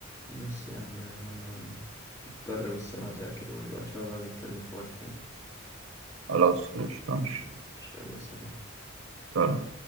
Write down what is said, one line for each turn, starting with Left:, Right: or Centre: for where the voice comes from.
Left: بس يا عم أنا مضطر بس أنا أذاكر ونبقى إن شاء الله نتكلم في وقت تاني
Right: خلاص قشطة ماشي.
Left: إن شاء الله سلام
Right: سلام